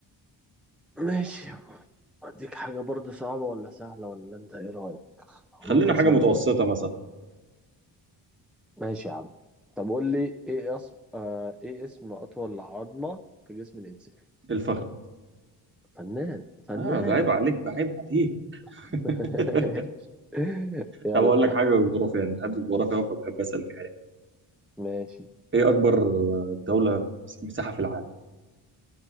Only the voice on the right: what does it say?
خلينا
حاجة متوسطة
مثلا
الفخذ
اه ده عيب عليك ده عيب عليك <laughs>
طب أقول
لك
حاجة جغرافية أنا بحب الجغرافيا أوي فبحب أسأل فيها يعني.
إيه أكبر آه، دولة مس- مساحة في العالم؟